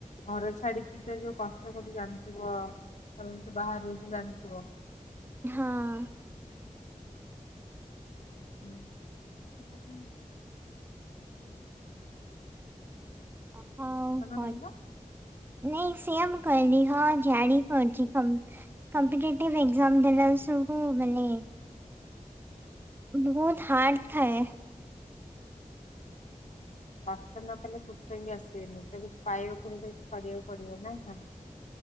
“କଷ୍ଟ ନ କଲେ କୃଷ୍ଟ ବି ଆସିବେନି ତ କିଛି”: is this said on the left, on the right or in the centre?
Left